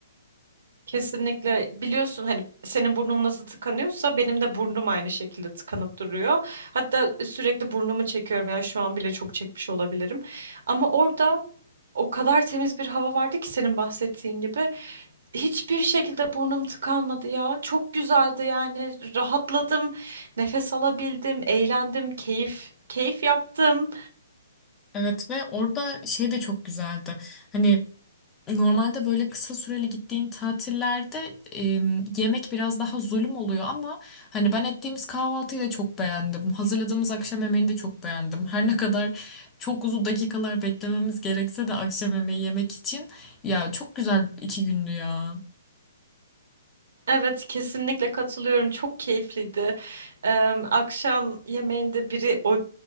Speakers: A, on the right (about 65°); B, on the left (about 20°).
A: Kesinlikle biliyorsun hani senin burnun nasıl tıkanıyorsa benim de burnum aynı şekilde tıkanıp duruyor. Hatta sürekli burnumu çekiyorum yani şu an bile çok çekmiş olabilirim. Ama orada o kadar temiz bir hava vardı ki senin bahsettiğin gibi. Hiçbir şekilde burnum tıkanmadı ya. Çok güzeldi yani rahatladım, nefes alabildim, eğlendim, keyif keyif yaptım.
B: Evet ve orada şey de çok güzeldi. Hani Normalde böyle kısa süreli gittiğin tatillerde em, yemek biraz daha zulüm oluyor ama hani ben ettiğimiz kahvaltıyı da çok beğendim. Hazırladığımız akşam yemeğini de çok beğendim. Her ne kadar çok uzun dakikalar beklememiz gerekse de akşam yemeği yemek için ya çok güzel iki gündü ya.
A: Evet kesinlikle katılıyorum. Çok keyifliydi. Em, akşam yemeğinde biri o